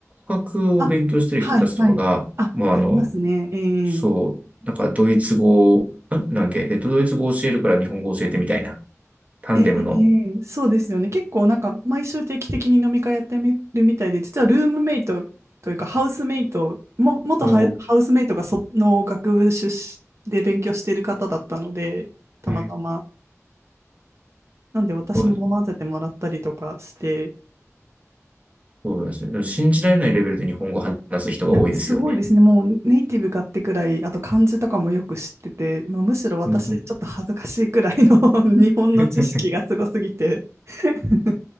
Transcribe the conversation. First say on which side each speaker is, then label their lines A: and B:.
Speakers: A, on the right; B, on the right.
A: 語学を勉強してる人たちとかが、
B: あ、はいはい。あ、
A: もうあの、
B: ありますね。ええ
A: そう、なんかドイツ語を、んなんだっけ、えっと、ドイツ語を教えるから日本語を教えてみたいな、タンデムの、
B: ええそうですよね。結構なんか毎週定期的に飲み会やってみるみたいで、実はルームメイトというかハウスメイト、も、元ハウハウスメイトがその学部出
A: お
B: 身で勉強している方だったので、たまたま。
A: ーはい。
B: なんで私も混ぜてもらったりとかして、
A: そうです。そうですね。でも信じられないレベルで日本語を話す人が多いですよね。
B: いや、すごいですね。もうネイティブかってくらい、あと漢字とかもよく知ってて、もうむしろ私ちょっと恥ずかしいくらいの
A: うんうん。
B: <laughs> 日本の知識がすごすぎて。
A: <laughs>
B: <laughs>